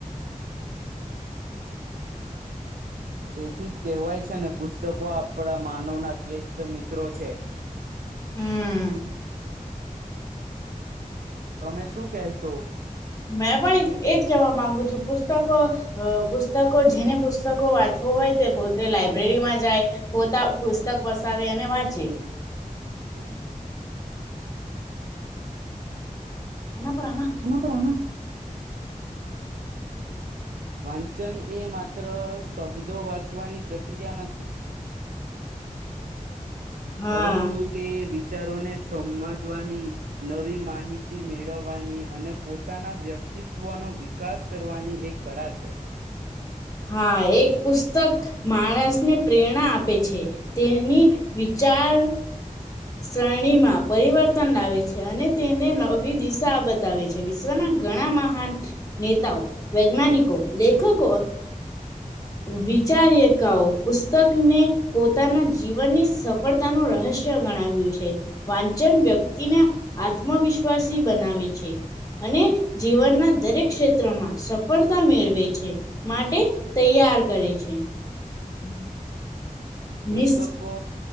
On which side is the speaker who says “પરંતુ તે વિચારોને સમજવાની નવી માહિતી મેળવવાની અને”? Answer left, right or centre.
Right